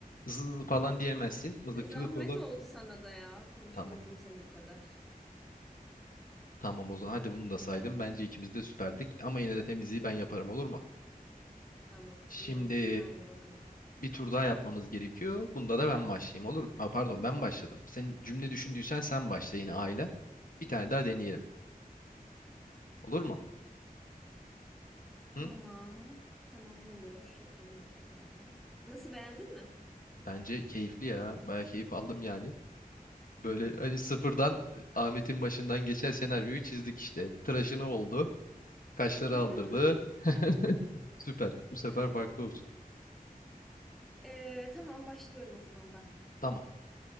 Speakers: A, on the left; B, in the centre.
A: zız falan diyemezsin. Mızıkçılık
B: <laughs> Zahmet
A: olur.
B: oldu sana da ya. Konuşturdum
A: Tamam.
B: seni bu kadar.
A: Tamam o zaman. Hadi bunu da saydım. Bence ikimiz de süperdik. Ama yine de temizliği ben yaparım olur mu?
B: Tamam,
A: Şimdi
B: iyi olur. Ben yorgunum.
A: bir tur daha yapmamız gerekiyor. Bunda da ben başlayayım olur mu? Aa, pardon ben başladım. Sen cümle düşündüysen sen başla yine aile. Bir tane daha deneyelim. Olur mu? Hı?
B: Tamam. Tamam olur. Yapalım bir kere daha. Nasıl beğendin mi?
A: Bence keyifli ya. Baya keyif aldım yani.
B: Hmm.
A: Böyle hani sıfırdan Ahmet'in başından geçen senaryoyu çizdik işte. Tıraşını oldu. Kaşları
B: <laughs>
A: aldırdı. <laughs> Süper. Bu sefer
B: Evet.
A: farklı olsun.
B: Ee, tamam başlıyorum o zaman ben.
A: Tamam.